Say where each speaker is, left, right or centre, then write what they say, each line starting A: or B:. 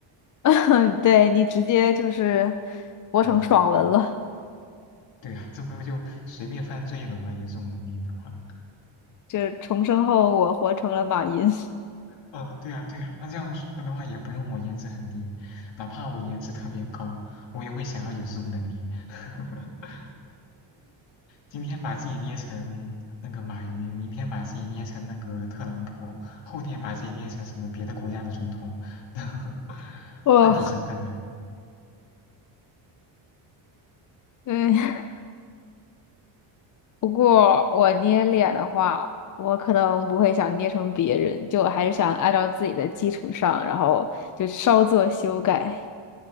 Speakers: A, on the left (about 40°); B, on the left (about 60°).
A: <laughs> 对你直接就是活成爽文了，
B: 嗯，对啊，这不就随便犯罪了吗？有这种能力的话。
A: 就是重生后我活成了马云。
B: 呃，对啊，对啊，那这样说的话，也不用我颜值很低，哪怕我颜值特别高，我也会想要有这种能力。<laughs> 今天把自己捏成那个马云，明天把自己捏成那个特朗普，后天把自己捏成什么别的国家的总统，<laughs>
A: <laughs> 哇哦，
B: 换着身份来。
A: 对。<laughs> 不过我捏脸的话，我可能不会想捏成别人，就我还是想按照自己的基础上，然后就稍作修改。